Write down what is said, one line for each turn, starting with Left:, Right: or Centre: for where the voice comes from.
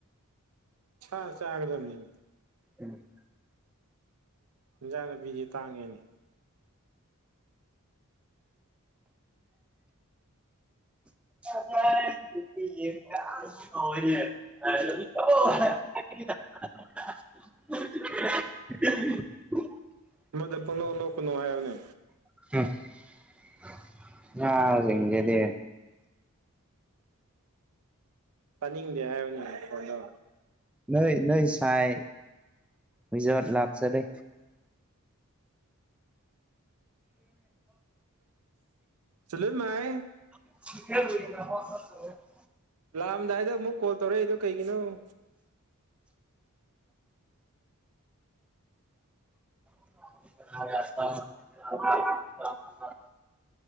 Right: ꯁꯥ ꯆꯥꯒꯗꯝꯅꯤꯅꯦ
Centre: ꯎꯝ
Right: ꯏꯟꯖꯥꯡ ꯅꯥꯄꯤꯗꯤ ꯇꯥꯡꯉꯦꯅꯦ
Centre: <unintelligible>
Right: ꯑꯃꯗ ꯄꯪꯅꯣꯛ ꯅꯣꯛꯀꯅꯨ ꯍꯥꯏꯌꯣꯅꯦ
Centre: ꯍꯍ--ꯅꯥꯕꯖꯤꯡꯖꯤꯗꯤ
Right: ꯇꯥꯅꯤꯡꯗꯦ ꯍꯥꯏꯌꯨꯅꯦ ꯃꯈꯣꯟꯗꯣ
Centre: ꯍꯣꯏ ꯅꯣꯏ ꯁꯥꯏ ꯑꯣꯏꯖꯕꯠ ꯂꯥꯛꯆꯔꯦ
Right: ꯆꯂꯨꯠ ꯃꯥꯏ
Centre: <unintelligible>
Right: ꯂꯥꯛꯑꯝꯗꯥꯏꯗ ꯑꯃꯨꯛ ꯀꯣꯜ ꯇꯧꯔꯛꯏꯗꯣ ꯀꯩꯒꯤꯅꯣ <inaudible>
Centre: <unintelligible>